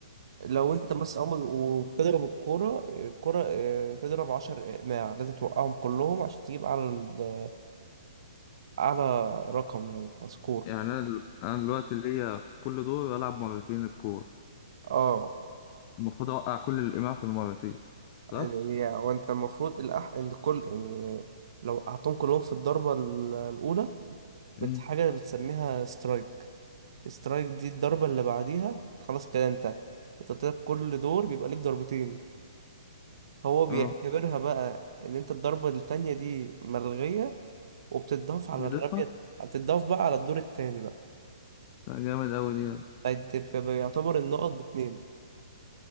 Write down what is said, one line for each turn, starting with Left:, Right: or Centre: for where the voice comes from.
Right: لو انت بس اول وبتضرب الكوره الكوره آه، تضرب عشر اقماع لازم توقعهم كلهم عشان تجيب على ال- على رقم يعني سكور
Left: يعني انا دل- انا دلوقتي ليا في كل دور العب مرتين الكورة
Right: اه
Left: المفروض اوقع كل الايماع في المرتين صح
Right: يعني وانت المفروض الأح... ان كل يعني لو قعدتهم كلهم في الضربه ال- الاولى بت
Left: مم.
Right: حاجه بتسميها سترايك سترايك دي الضربه اللي بعديها انت خلاص كده انت انت طلعت كل دور بيبقى ليك ضربتين هو بيعتبرها
Left: اه
Right: بقى ان انت الضربه التانية دي ملغيه وبتتضاف على
Left: بيضيفها
Right: الرمية هتتضاف بقى على الدور التاني بقى
Left: لا جامد اوي دي
Right: فانت بيبقى يعتبر النقط باتنين